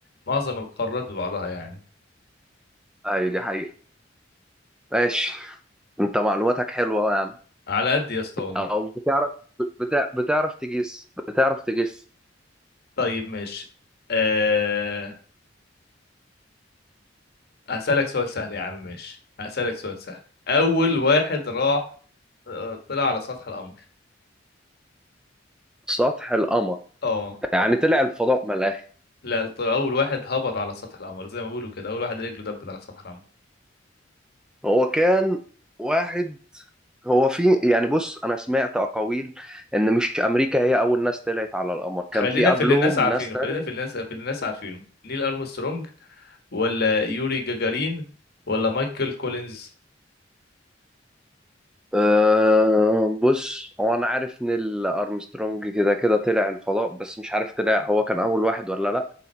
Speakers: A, on the left; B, in the centre.
A: معظم القارات ببعضها يعني
B: أيوه دي حقيقة ماشي أنت معلوماتك حلوة يا عم
A: على قد يا اسطى والله
B: أو بتعرف بتع... بتعرف تجيس بتعرف تجيس
A: طيب ماشي أه... هسألك سؤال سهل يا عم ماشي هسألك سؤال سهل أول واحد راح آه، طلع على سطح القمر
B: سطح القمر
A: اه
B: يعني طلع الفضاء من الآخر
A: لا ط- أول واحد هبط على سطح القمر زي ما بيقولوا كده أول واحد رجله دبت على سطح القمر
B: هو كان واحد هو في يعني بص انا سمعت اقاويل ان مش امريكا هي اول ناس طلعت على القمر
A: خلينا
B: كان في قبلهم
A: في اللي الناس عارفينه
B: ناس تانية
A: خلينا في اللي الناس في اللي الناس عارفينه نيل أرمسترونج ولا يوري جاجارين ولا مايكل كولينز
B: أه بص هو انا عارف نيل ارمسترونج كده كده طلع الفضاء بس مش عارف طلع هو كان اول واحد ولا لا